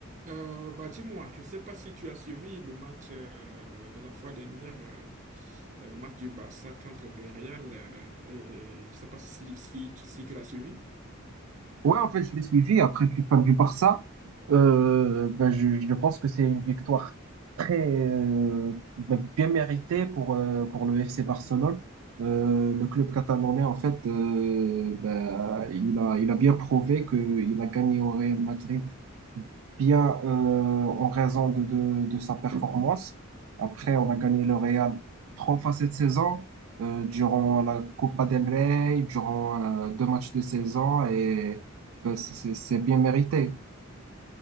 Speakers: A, on the right; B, on the right.
A: Euh, bah dis-moi, je ne sais pas si tu as suivi le match euh, de la fois dernière, euh, euh, le match du Barça contre le Real. euh, et je ne sais pas si, si, si tu l'as suivi.
B: Ouais, en fait, je l'ai suivi. Après, je suis fan du Barça. Euh, ben, je, je pense que c'est une victoire très euh, ben, bien méritée pour, euh, pour le FC Barcelone. Euh, le club catalanais, en fait, euh, ben, il a, il a bien prouvé qu'il a gagné au Real Madrid bien euh, en raison de, de, de sa performance. Après, on a gagné le Real trois fois cette saison, euh, durant la Copa del Rey, durant euh, deux matchs de saison, et ben, c'est c'est- c'est bien mérité.